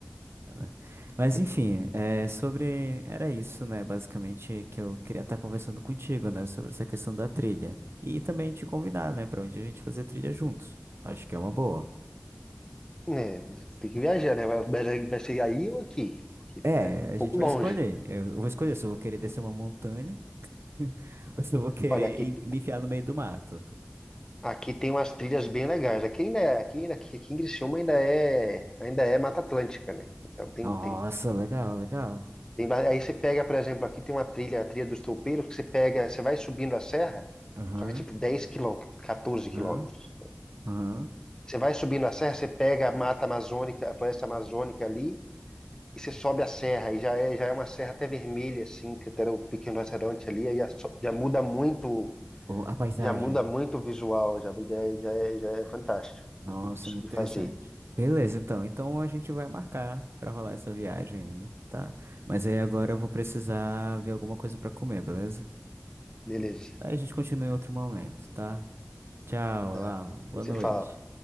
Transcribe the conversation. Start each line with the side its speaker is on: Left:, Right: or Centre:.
Right: né? Mas, enfim, é, sobre... Era isso, né? Basicamente, que eu queria estar conversando contigo, né? Sobre essa questão da trilha. E também te convidar, né? Pra um dia a gente fazer trilha juntos. Acho que é uma boa.
Left: É, tem que viajar, né? Vai, vai vai ser aí ou aqui? Porque
Right: É,
Left: né, é um
Right: a
Left: pouco
Right: gente vai
Left: longe.
Right: escolher. Eu vou escolher se eu vou querer descer uma montanha <laughs> Ou se vou querer
Left: Olha, aqui.
Right: ir- me enfiar no meio do mato.
Left: Aqui tem umas trilhas bem legais. Aqui ainda é, aqui, ainda- aqui, aqui em Criciúma ainda é, ainda é Mata Atlântica, né? Então tem,
Right: Nossa,
Left: tem,
Right: legal, legal.
Left: tem, ba- aí você pega, por exemplo, aqui tem uma trilha, a trilha dos Toupeiros, que você pega, você vai subindo a serra,
Right: Aham,
Left: só que é tipo 10 quilômetros, 14
Right: aham,
Left: quilômetros.
Right: aham.
Left: Você vai subindo a serra, você pega a Mata Amazônica, a Floresta Amazônica ali, e você sobe a serra, e já é, já é uma serra até vermelha, assim, que até era o Pequeno Restaurante ali, aí já, so- já muda muito,
Right: O A paisagem.
Left: já muda muito o visual, já, já, é, já é já é fantástico
Right: Nossa,
Left: de, de
Right: muito
Left: de
Right: interessante.
Left: fazer.
Right: Beleza, então. Então a gente vai marcar pra rolar essa viagem aí, tá? Mas aí agora eu vou precisar ver alguma coisa pra comer, beleza?
Left: Beleza,
Right: Aí a gente continua em outro momento, tá? Tchau,
Left: tá.
Right: lá. Boa
Left: Você
Right: noite.
Left: fala.